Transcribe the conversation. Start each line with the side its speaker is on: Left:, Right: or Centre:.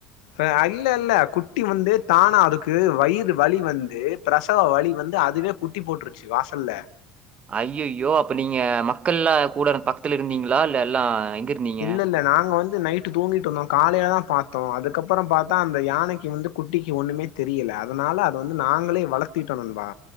Left: ஆ அல்ல அல்ல குட்டி வந்து தானா அதுக்கு வயிறு வலி வந்து பிரசவ வலி வந்து அதுவே குட்டி போட்டுருச்சு வாசல்ல
Right: ஐய்யய்யோ அப்ப நீங்க மக்கள் எல்லாம் கூட இரு பக்கத்துல இருந்தீங்களா இல்ல எல்லா எங்க இருந்தீங்க?
Left: இல்ல இல்ல நாங்க வந் து நைட்டு தூங்கிட்ருந்தோம் காலைல தான் பாத்தோம் அதுக்கப்பறம் பாத்தா அந்த யானைக்கு வந்து குட்டிக்கு ஒண்ணுமே தெரில அதனால அத வந்து நாங்களே வளத்திட்டோ நண்பா